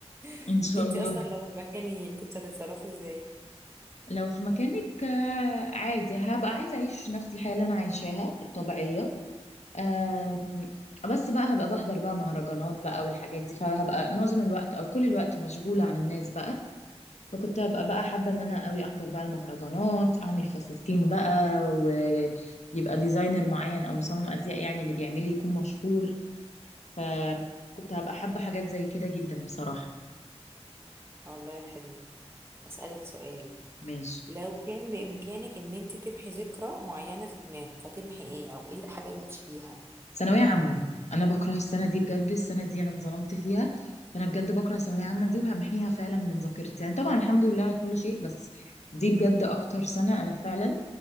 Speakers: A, on the right; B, on the left.
A: <laughs>
B: ان شاء
A: انتي
B: الله
A: اصلا لو في مكاني كنت هتتصرفي ازاي
B: لو في مكانك آه، عادي هبقى عايزة أعيش نفس الحياة اللي أنا عايشاها الطبيعية آم،
A: مم.
B: بس بقى هبقى بحضر بقى مهرجانات بقى والحاجات دي فهبقى معظم الوقت أو كل الوقت مشغولة عن الناس بقى فكنت هبقى بقى حابة إن أنا أوي أحضر بقى المهرجانات أعمل فساتين بقى ويبقى ديزاينر معين أو مصمم أزياء يعني اللي بيعملي يكون مشهور فكنت
A: مم.
B: هبقى حابة حاجات زي كده جدا بصراحة
A: والله حلو اسالك سؤال
B: ماشي
A: لو كان بامكانك ان انت تمحي ذكرى معينه في دماغك هتمحي ايه او ايه الحاجه اللي هتشيليها
B: ثانوية عامة أنا بكره السنة دي بجد السنة دي أنا اتظلمت فيها فأنا بجد بكره الثانوية عامة دي وهمحيها فعلا من ذاكرتي يعني طبعا الحمد لله على كل شيء بس دي بجد أكتر سنة أنا فعلا